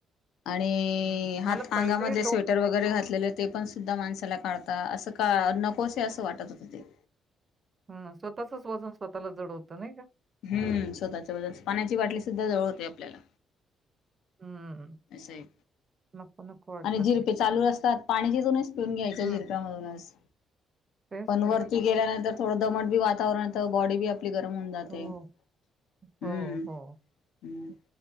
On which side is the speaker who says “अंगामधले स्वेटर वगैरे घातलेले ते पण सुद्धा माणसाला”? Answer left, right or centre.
Left